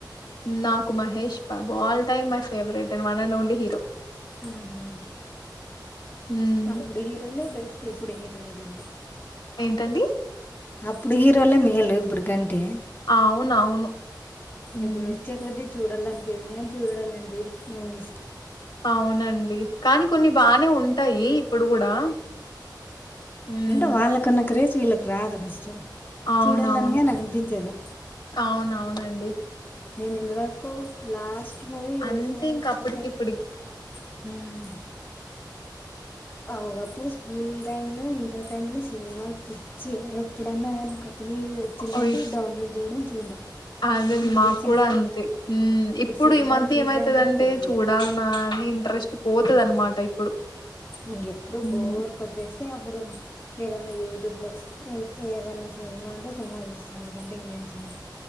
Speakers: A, on the left; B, on the left.
A: నాకు Mahesh Babu all time my favourite and one and only hero
B: ఆహా.
A: హ్మ్
B: అప్పుడు హీరోలే బెస్ట్ ఇప్పుడు హీరోలు కండి
A: టండీ
B: అప్పుడు హీరోలే మేలు ఇప్పుడు ఎందుకంటే
A: అవునవును హ్మ్
B: ఇప్పుడు వచ్చే కొద్ది చూడాలనిపియద్దు చూడాల <unintelligible> మూవీస్
A: అవునండి కానీ కొన్ని బానే ఉంటాయి ఇప్పుడు కూడా హ్మ్
B: అంటే వాళ్ళకున్న క్రేజ్ ఇళ్ళకు రద్దు ఫస్ట్
A: అవునవును
B: చూడాలని కానీ అనిపించదు
A: అవునవును అండి
B: నేను ఇంతవరకు లాస్ట్ మూవీ
A: అంతే ఇంకా అప్పుటికి
B: చూసాను
A: ఇప్పుటికి
B: అంతే ఒకప్పుడు స్కూల్ టైమ్ లో ఇంటర్ టైంలో సినిమాలు పిచ్చి ఎప్పుడన్నా కొత్త మూవీస్ వచ్చినాయంటే
A: అయ్
B: డౌన్లోడ్ చేయడం చూడం
A: అదే
B: ఇప్పుడు
A: మాకు
B: సి
A: కూడా అంతే ఇప్పుడు
B: సినిమాలు
A: ఈ మధ్య
B: చూద్దాం
A: ఏమైతుదంటే
B: అంటే కానీ తెలియదు
A: చూడాలన్నా
B: కదా
A: ఇంట్రెస్ స్ పోతద అనమాట ఇప్పుడు
B: ఇక ఎప్పుడు
A: హ్మ్
B: బోర్ కొట్టేసి అప్పుడు ఏదన్నా యూట్యూబ్లో <unintelligible> ఏదన్నా చేయమంటే సినిమా ఉంటే సినిమా చూస్తాను అందుకంటే ఇంకేం చేను